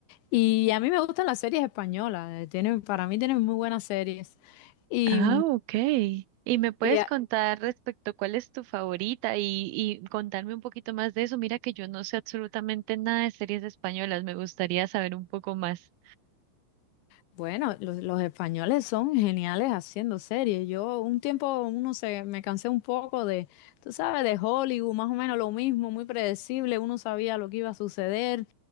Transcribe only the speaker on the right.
Ah, ok. ¿Y me puedes
contar respecto cuál es tu favorita y, y contarme un poquito más de eso? Mira que yo no sé absolutamente nada de series españolas, me gustaría saber un poco más.